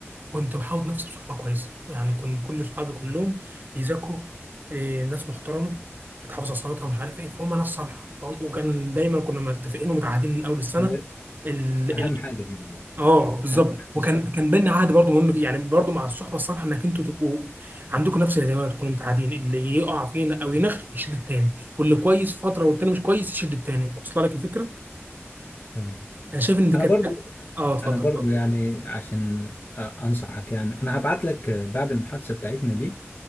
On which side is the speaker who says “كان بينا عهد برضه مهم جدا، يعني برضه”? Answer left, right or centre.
Right